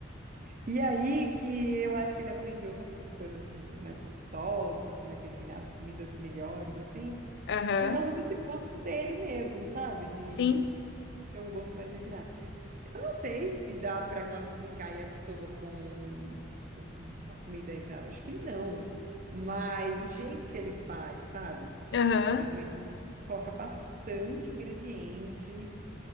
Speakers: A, on the right (about 45°); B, on the left (about 60°).
A: E aí que eu acho que ele aprendeu a fazer essas coisas mais gostosas, assim, mais refinadas, comidas melhores, assim,
B: Aham.
A: por causa desse gosto dele mesmo, sabe? De
B: Sim.
A: ter um gosto mais refinado. Eu não sei se dá para classificar yakisoba como um- uma comida refinada. Acho que não. Mas o jeito que ele faz, sabe?
B: Aham.
A: Então, ele coloca bastante ingrediente.